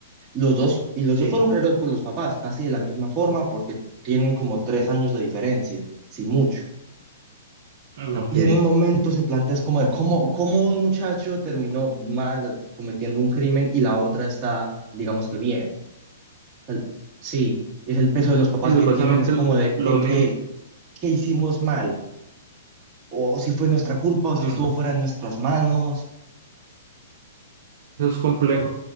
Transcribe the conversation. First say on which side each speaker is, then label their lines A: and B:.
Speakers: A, on the right; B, on the right.
A: Los dos, y los
B: Sí.
A: dos fueron creados por los papás, casi de la misma forma, porque tienen como tres años de diferencia, si mucho.
B: Mm, Ok.
A: Y en un momento se plantea es como de cómo, cómo un muchacho terminó mal cometiendo un crimen y la otra está, digamos que bien. O sea, sí, es el peso de los papás
B: Sí, supuestamente
A: que tienen, es como
B: l-
A: de qué,
B: lo mismo.
A: qué, qué hicimos mal, o si fue nuestra culpa, o si
B: mm,
A: estuvo fuera de nuestras manos.
B: Eso es complejo.